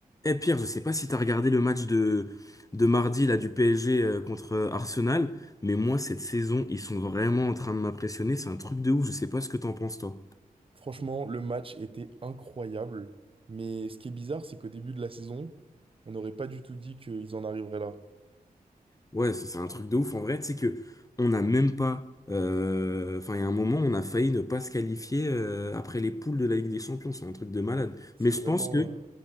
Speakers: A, on the left; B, on the right.
A: Eh Pierre, je sais pas si tu as regardé le match de, de mardi là, du PSG euh, contre euh, Arsenal, mais moi cette saison, ils sont vraiment en train de m'impressionner. C'est un truc de ouf, je sais pas ce que t'en penses toi.
B: Franchement, le match était incroyable. Mais ce qui est bizarre, c'est qu'au début de la saison, on n'aurait pas du tout dit qu'ils en arriveraient là.
A: Ouais, ça, c'est un truc de ouf. En vrai, tu sais que on n'a même pas. euh, Enfin, il y a un moment, on a failli ne pas se qualifier euh, après les poules de la Ligue des Champions. C'est un truc de malade.
B: C'est
A: Mais
B: vraiment,
A: je pense que
B: euh,